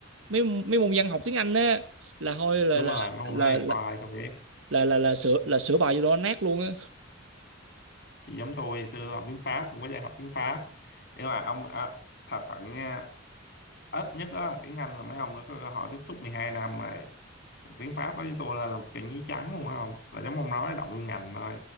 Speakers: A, on the right; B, on the left.
A: mấy mấy môn văn học tiếng Anh á là thôi là
B: đúng
A: là
B: rồi ông
A: là
B: nói thì
A: là
B: khoai tôi biết
A: là là, là sửa là sửa bài cho tụi nó nát luôn á
B: thì giống tôi ngày xưa tôi học tiếng Pháp cũng có dạy học tiếng Pháp nhưng mà ông à, thật sự nha ít nhất đó là tiếng Anh là mấy ông nó có cơ hội tiếp xúc 12 năm rồi tiếng Pháp đó với tôi là là một trang giấy trắng luôn á không là giống ông nói đậu vô ngành thôi